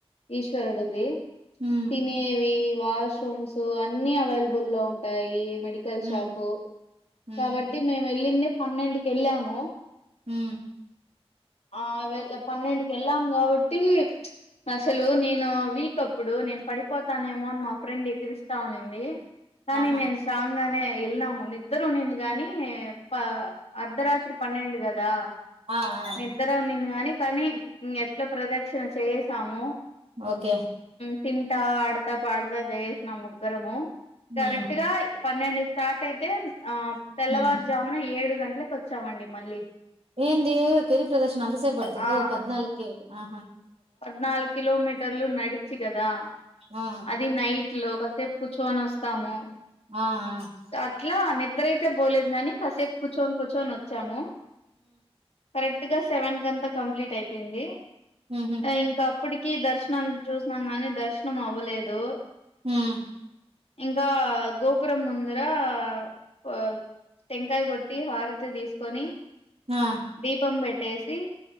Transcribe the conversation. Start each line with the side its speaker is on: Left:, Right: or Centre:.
Left: ఈశ్వరుడుది
Right: హ్మ్
Left: తినేవి వాష్రూమ్స్ అన్ని అవైలబుల్ లో ఉంటాయి మెడికల్
Right: హ్మ్
Left: షాపు
Right: హ్మ్
Left: కాబట్టి మేము వెళ్ళింది పన్నెండుకెళ్ళము
Right: హు
Left: ఆ వెల్ పన్నెండుకెళ్ళం కాబట్టి అసలు నేను వీక్ అప్పుడు నేను పడిపో పోతానేమో అని మా ఫ్రెండ్ ఎక్కిరిస్తా ఉన్నిన్ది కానీ
Right: ఆహా
Left: నేను స్ట్రాంగనే వెళ్ళాము నిద్దరున్నింది గానీ పా అర్ధరాత్రి పన్నెండు గా దా
Right: ఆ ఆ
Left: నిద్దర ఉన్నిందిగానీ కనీ మెట్ల ప్రదక్షిణ చేస్ సాము
Right: ఓకే
Left: తిన్ తింటా ఆడతా పాడతా జేసిన ముగ్గురము
Right: హ్మ్
Left: కరెక్ట్ గా పన్నెండుకు స్టార్ట్ అయితే అ తెల్లవారుజామున
Right: హ్మ్
Left: ఏడు గన్ ఇళ్లకొచ్చామండి మళ్ళీ
Right: ఏంది గిరి ప్రదర్శన అంత సేప్పడుతద
Left: ఆ
Right: ఓ పద్నాలుకె ఆ
Left: పద్నాలుగు కిలోమీటర్లు నడిచి కదా
Right: ఆ
Left: అది నైట్లో కాసేపు కూచోని వస్తాము
Right: ఆ ఆ
Left: అట్లా అన్ ఇద్దరైతె పోలేదు గని కాసేపు కుచ్చొని కుచ్చొని వచ్చాము కరెక్ట్ గా సెవెన్ కంతా కంప్లీట్ అయిపోయింది
Right: ఉహు
Left: ఇంకా అప్పటికి దర్శ్ ననికి చూసాం కానీ దర్శనం అవ అవలేదు
Right: ఉహ్
Left: ఇంకా ఆ గోపురం ముందరా ఆ టెంకాయ కొట్టి హారతి తీసుకొని
Right: ఆ
Left: దీపం పెట్ టేసీ